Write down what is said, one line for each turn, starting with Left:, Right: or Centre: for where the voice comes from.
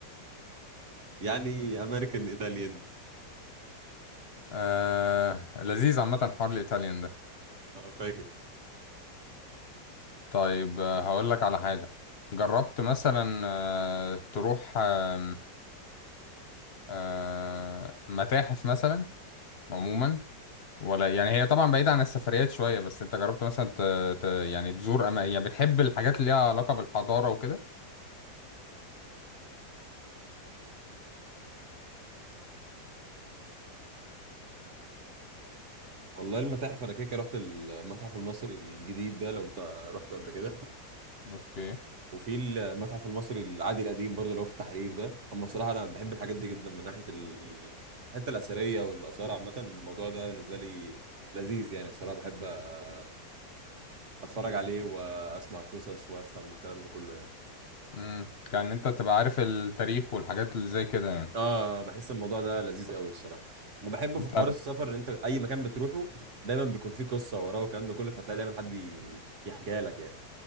Right: يعني امريكان ايطاليان
Left: آه لذيذ عامه حوار الايطاليان ده
Right: فاجر
Left: طيب آه هقول لك على حاجه جربت مثلا آه تروح آه آه متاحف مثلا عموما ولا يعني هي طبعا بعيده عن السفريات شويه بس انت جربت مثلا ت... ت... يعني تزور أما... يعني بتحب الحاجات اللي ليها علاقه بالحضاره وكده
Right: والله المتاحف انا كده كده رحت المتحف المصري الجديد ده لو انت رحته قبل كده
Left: اوكي
Right: وفي المتحف المصري العادي القديم برضه اللي هو في التحرير ده اما الصراحه انا بحب الحاجات دي جدا من ناحيه ال- الحته الاثريه والاثار عامه الموضوع ده بالنسبه لي لذيذ يعني الصراحه بحب أ- اتفرج عليه واسمع قصص وافهم والكلام ده كله يعني
Left: امم كان انت تبقى عارف التاريخ والحاجات اللي زي كده يعني
Right: اه بحس الموضوع ده لذيذ قوي الصراحه وبحبه في حوار
Left: طب
Right: السفر ان انت اي مكان بتروحه دايما بيكون فيه قصه وراه والكلام ده كله فتلاقي دايما حد ي- يحكيها لك يعني